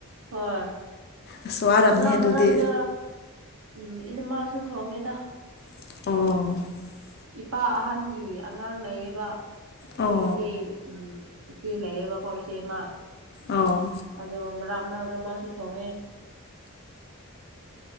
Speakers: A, on the right; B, on the left.
A: ꯍꯣꯏ
B: ꯑꯁ ꯋꯥꯔꯝꯅꯤꯍꯦ
A: ꯃꯔ
B: ꯑꯗꯨꯗꯤ
A: ꯃꯔꯥꯡꯗ ꯎꯝ ꯏꯗ ꯃꯥꯁꯨ ꯊꯣꯡꯉꯦꯗ
B: ꯑꯣ
A: ꯏꯄꯥ ꯑꯍꯟꯒꯤ ꯑꯉꯥꯡ ꯂꯩꯌꯦꯕ
B: ꯑꯣ
A: ꯏꯆꯦ ꯎꯝ ꯏꯆꯦ ꯂꯩꯌꯦꯕꯀꯣ ꯏꯆꯦꯃ
B: ꯑꯣ
A: ꯑꯗꯣ ꯑꯃ ꯑꯃꯔꯥꯗ ꯃꯥꯁꯨ ꯊꯣꯡꯉꯦ